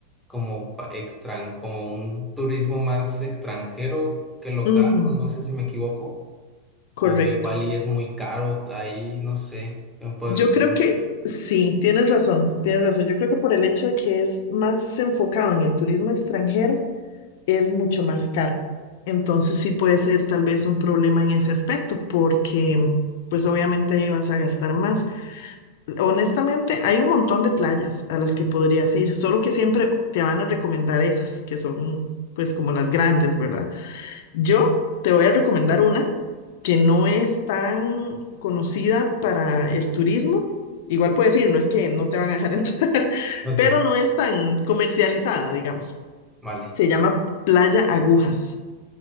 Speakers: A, in the centre; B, on the left (about 50°).
A: como pa- extran, como un turismo más extranjero que local,
B: ujú,
A: o no sé si me equivoco,
B: Correcto.
A: o igual y es muy caro ahí, no sé, ¿qué me puedes
B: Yo
A: decir?
B: creo que sí, tienes razón, tienes razón. Yo creo que por el hecho de que es más enfocado en el turismo extranjero, es mucho más caro. Entonces sí puede ser tal vez un problema en ese aspecto, porque pues obviamente ahí vas a gastar más. Honestamente, hay un montón de playas a las que podrías ir, solo que siempre te van a recomendar esas, que son pues como las grandes, ¿verdad? Yo te voy a recomendar una que no es tan conocida para el turismo. Igual puedes ir, no es que no te van a dejar <laughs> entrar,
A: Ok,
B: pero no es tan comercializada, digamos.
A: vale,
B: Se llama Playa Agujas.